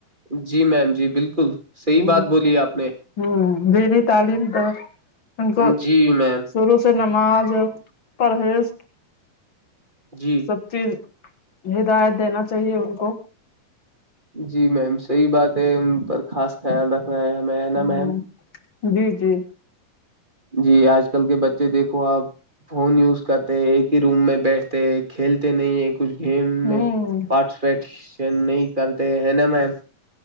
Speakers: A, on the right; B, on the left.
A: جی میم جی بالکل صحیح
B: ہ
A: بات بولی آپ نے
B: ہوں دینی تعلیم تو ان کو
A: جی میم
B: شروع سے نماز پرہیز
A: جی
B: سب چیز ہدایت دینا چاہیے ان کو
A: جی میم صحیح بات ہے ان پر خاص خیال رکھنا ہے ہمیں ہے نا
B: ہوں
A: میم
B: جی جی
A: جی آج کل کے بچے دیکھو آپ فون یوز کرتے ایک ہی روم میں بیٹھتے کھیلتے نہیں ایک کچھ گیم میں
B: ہوں
A: پارٹیسپیٹن نہیں کرتے ہیں نا میم